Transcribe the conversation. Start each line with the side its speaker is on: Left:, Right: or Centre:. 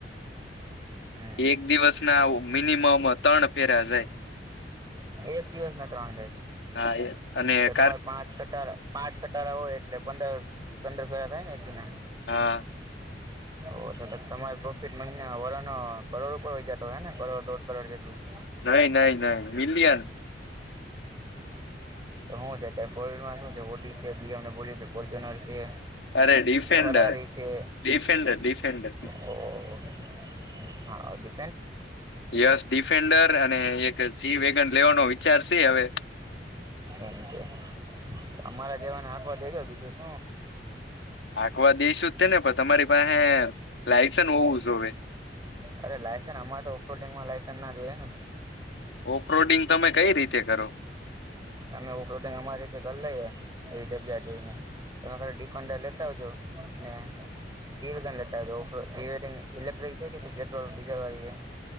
Right: હમ
Left: એક દિવસ ના મિનિમમ ત્રણ ફેર જાય
Right: એક દિવસ ના ત્રણ જાય.
Left: હા એ અને
Right: તો તમારે પાંચ કટ પાંચ કટારા હોય એટલે પંદર પંદર ફેરતા ને એક દિ ના.
Left: હા
Right: ઓ તમારે પ્રોફિટ મહિના વરનો કરોડ ઉપર હો જતો હે ને કરોડ દોઢ કરોડ જેટલું. <unintelligible> ઓહ
Left: નહી નહી નહી મિલિયન
Right: તો હું છે ત્યારે <unintelligible> માં શું છે હોટી છે બી અમ ડબલું છે ફોર્ચ્યુનર છે.
Left: અરે ડિફેન્ડર
Right: ફરારી છે
Left: ડિફેન્ડર ડિફેન્ડર
Right: ઓ હા આવે
Left: યસ ડિફેન્ડર અને એક જી વેગન લેવાનો વિચાર છે હવે
Right: એમ છે અમારા જેવાને હાકવા દેજો બીજું શું.
Left: આકવા દઈશું તે ને પણ તમારી પાસે લાયસન હોવું જોવે.
Right: અરે લાયન્સ અમારે તો ઓફરોડિંગમાં લાસન્સ ના જોઈયએ ને.
Left: ઓફરોડિંગ તમે કઈ રીતે કરો.
Right: અમે ઓફરોડિંગ અમારી કરી લઈએ એવી જગ્યા જોઈને. તમે ખાલી ડિફેન્ડર લેતા આવજો અને જીવેન લેતા આવજો <unintelligible> ઇલેક્ટ્રિક છે કે પેટ્રોલ ડીઝલ વાળી છે.